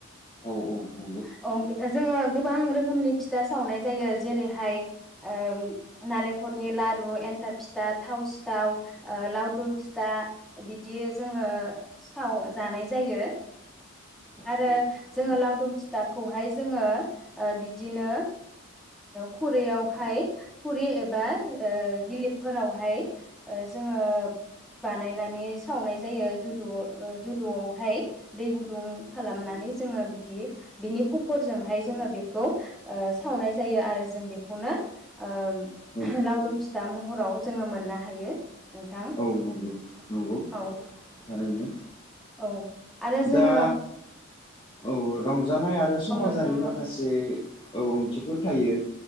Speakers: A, on the left; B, in the centre.
A: औ नंगौ
B: अ बे जोङो गोबां रोखोमनि फिथा सावनाय जायो जेरैहाय ओम नालेंखरनि लारु एन्थाब फिथा थाव सिथाव ओ लावदुम फिथा बिदि जोङो सावो जानाय जायो। आरो
A: उम औ
B: जोङो लावदुम फिथाखौहाय जोङो ओ बिदिनो खुरैयावहाय खुरि एबा ओ गिलिपफोरावहाय ओ जोङो बानायनानै सावनाय जायो जुदुव ओ जुदुआवहाय दै गु दुं खालामनानै जोङो बिदि बिनि खफरजोंहाय जोङो बेखौ ओ सावनाय जायो आरो जों बेखौनो ओ
A: औ
B: लावदुम फि दा महराव जोङो मोननो हायो नोंथां
A: औ नंगौ नंगौ
B: औ
A: थारैनो।
B: औ आरो जोङो
A: दा? औ रं रजानाय आरो समाजारि
B: औ नोंथाङा
A: माखासे औ ओंथिफोर थायो